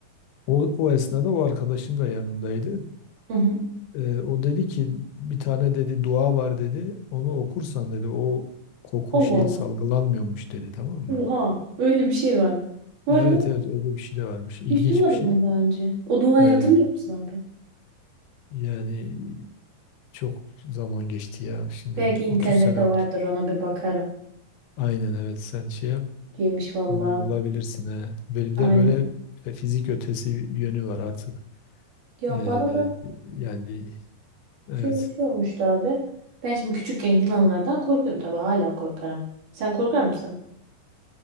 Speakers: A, on the left; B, on the right.
A: O, o esnada o arkadaşım da yanımdaydı.
B: Hı hı.
A: E, o dedi ki bir tane dedi dua var dedi. Onu okursan dedi o koku
B: Allah
A: şeyi
B: Allah.
A: salgılanmıyormuş dedi tamam mı?
B: Oha, öyle bir şey var. Vay
A: Evet
B: be,
A: evet öyle bir şey de varmış. İlginç
B: hiç duymadım
A: bir şey.
B: ben daha önce. O duayı
A: E,
B: hatırlıyor musun abi?
A: yani Çok zaman geçti ya. Şimdi
B: Belki internette
A: 30 sene oldu.
B: vardır ona bir bakarım.
A: Aynen evet sen şey yap.
B: Giymiş valla.
A: Onu bulabilirsin he. Böyle bir
B: Aynen.
A: de böyle fizik ötesi yönü var artık.
B: Ya
A: Ee,
B: bana da
A: yani evet.
B: şöyle bir şey olmuştu abi. Ben şimdi küçükken yılanlardan korkuyorum tabii hala korkarım. Sen korkar mısın?